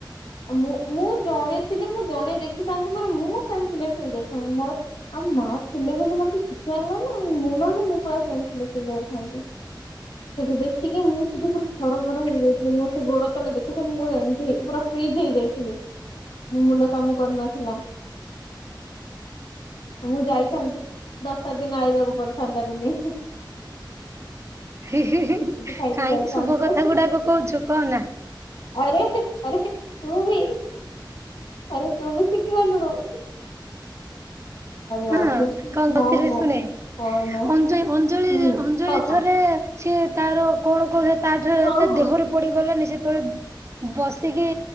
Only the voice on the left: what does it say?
ଆ ମୁଁ ମୁଁ ଜଣେ ଥିଲେ ମୁଁ ଜଣେ ଦେଖିଥାନ୍ତୁ ମାନେ ମୁଁ ସେନ୍ସ ଲେସ୍ ହୋଇଯାଇଥାଏ। ମୋର ଆଉ ମା ଥିଲେ ବୋଲି ମତେ ଝିକ ଆଣିଲେ ନା ମୁଁ ନହେଲେ ମୁଁ ପୁରା ସେନ୍ସଲେସ୍ ହେଇଯାଇ ଥାନ୍ତି। ସେଇଠି ଦେଖିକି ମୁଁ ସେଠି ପୁରା ଥରମର ହେଇଯାଇଥିଲି। ମୋର ସେ ଗୋଡ ତଳେ ଦେଖାଯାଉନି ମୋ ଏମିତି ପୁରା ଫ୍ରିଜ ହେଇଯାଇଥିଲି ମୋ ମୁଣ୍ଡ କାମ କରୁନଥିଲା। ମୁଁ ଯାଇଥାନ୍ତି ଦଶ ଦିନ ଆଇବାକୁ ପଡିଥାନ୍ତା ଦିନେ।
ଖାଇକି
ଯାଇଥାନ୍ତୁ
ଆରେ ଆରେ ତୁ ବି ଆରେ ତୁ ବି ଶିଖି ଗଲୁଣୁ। ବାପରେ
ହଁ ମୋ
କହନା
ହୁଁ
କହ କହ
ହଁ
ହଁ